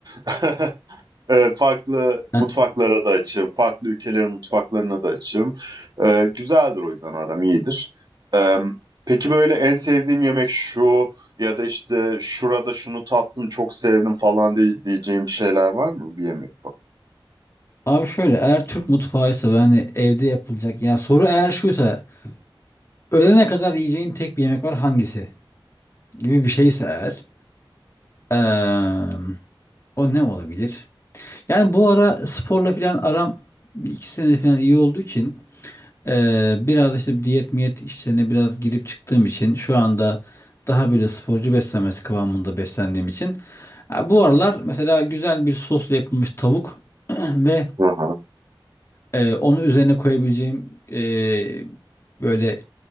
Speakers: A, on the right (about 50°); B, on the left (about 30°).
A: <laughs> Ee, farklı
B: Ben
A: mutfaklara da açığım. Farklı ülkelerin mutfaklarına da açığım. Ee, güzeldir o yüzden aram iyidir. Ee, peki böyle en sevdiğim yemek şu ya da işte şurada şunu tattım çok sevdim falan diye, diyeceğim şeyler var mı bir yemek?
B: abi şöyle eğer Türk mutfağıysa ve hani evde yapılacak ya soru eğer şuysa ölene kadar yiyeceğin tek bir yemek var hangisi gibi bir şeyse eğer eee, o ne olabilir? Yani bu ara sporla falan aram bir iki senedir falan iyi olduğu için eee, biraz işte diyet miyet işlerine biraz girip çıktığım için şu anda daha böyle sporcu beslenmesi kıvamında beslendiğim için ha, bu aralar mesela güzel bir sosla yapılmış tavuk <clears throat> ve
A: Hı hı.
B: eee onu üzerine koyabileceğim eee, böyle